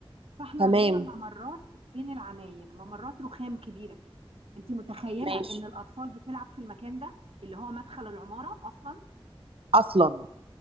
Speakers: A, on the right; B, on the right.
A: فاحنا
B: تمام
A: عندنا ممرات بين العماير ممرات رخام كبيره كده انت متخيله
B: ماشي
A: ان الاطفال بتلعب في المكان ده اللي هو مدخل العماره اصلا
B: اصلا